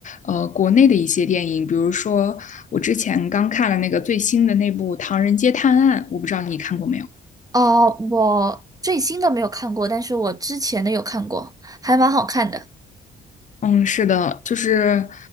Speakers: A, on the left; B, on the right.
A: 呃，国内的一些电影，比如说我之前刚看了那个最新的那部《唐人街探案》，我不知道你看过没有。
B: 哦，我最新的没有看过，但是我之前的有看过，还蛮好看的，
A: 嗯，是的，就是